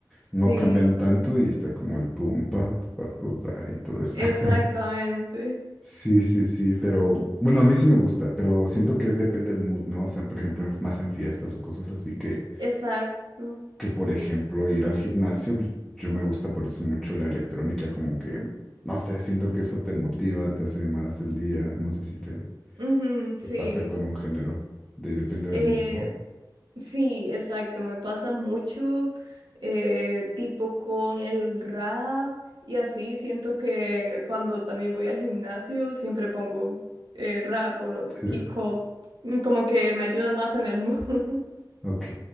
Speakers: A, in the centre; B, on the right.
A: no
B: <laughs> sí,
A: cambian tanto y está como el pum, pa, pa, pa, pa, y todo eso.
B: exactamente.
A: <laughs> Sí, sí, sí, pero bueno, a mí sí me gusta, pero siento que es depende del mood, ¿no? O sea, por ejemplo, en- más en fiestas o cosas así que
B: Exacto.
A: que, por ejemplo, ir al gimnasio, pues, yo me gusta por eso mucho la electrónica, como que, no sé, siento que eso te motiva, te hace más el día, no sé si te,
B: Ujú, sí.
A: te pasa con un género, de, depende
B: Eh,
A: del mood, ¿no?
B: sí, exacto. Me pasa mucho, eh, tipo con el rap y así. Siento que cuando también voy al gimnasio siempre pongo eh, rap o
A: Sí.
B: hip hop. mm, Como que me ayuda más en el mood. <laughs>
A: Ok,